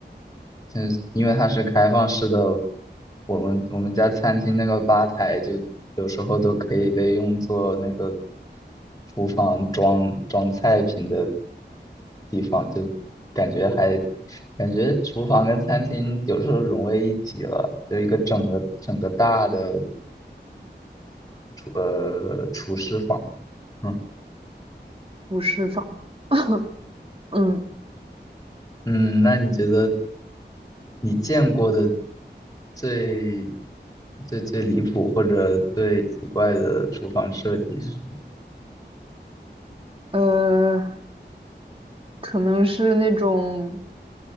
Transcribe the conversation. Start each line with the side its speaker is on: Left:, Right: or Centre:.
Left: 就是因为它是开放式的，我们我们家餐厅那个吧台就有时候都可以被用作那个厨房装装菜品的地方，就感觉还感觉厨房跟餐厅有时候融为一体了，有一个整个整个大的厨呃厨师房。嗯
Right: 不释放，<laughs> 嗯
Left: 嗯，那你觉得？你见过的最最最离谱或者最奇怪的厨房设计是什么？
Right: 呃，可能是那种。